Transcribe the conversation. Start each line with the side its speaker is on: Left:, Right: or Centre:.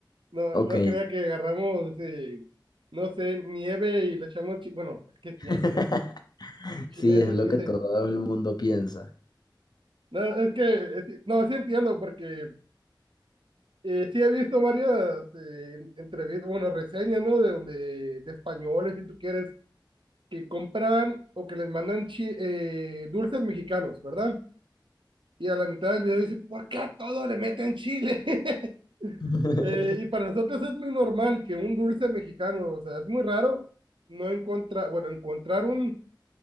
Right: No,
Left: Ok,
Right: no crea que agarramos, eh, no sé, nieve y le echamos chile. Bueno, es que sí
Left: <laughs>
Right: hay gente. Chile
Left: sí,
Right: echa
Left: es lo
Right: chile.
Left: que todo el mundo piensa.
Right: No, es que, es- no, sí entiendo, porque Eh, sí, he visto varias eh, entrevistas, bueno, reseñas, ¿no? De donde, de españoles, si tú quieres, que compran o que les mandan chi- eh, dulces mexicanos, ¿verdad? Y a la mitad del video dice, ¿por qué a todo le meten chile? <laughs>
Left: <laughs>
Right: Eh, y para nosotros es muy normal que un dulce mexicano, o sea, es muy raro no encontrar, bueno, encontrar un,